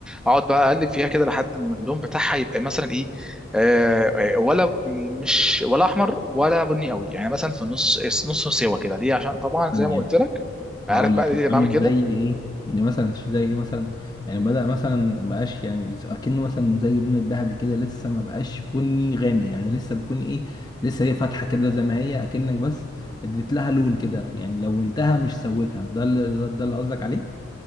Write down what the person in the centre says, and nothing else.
اقعد بقى اقلب فيها كده لحد ما اللون بتاعها يبقى مثلا ايه آه آه، ولا ب- مش ولا احمر ولا بني قوي يعني مثلا في النص نص سوا كده ليه عشان طبعا
زي ما قلت لك عارف
بقى
ليه
بعمل كده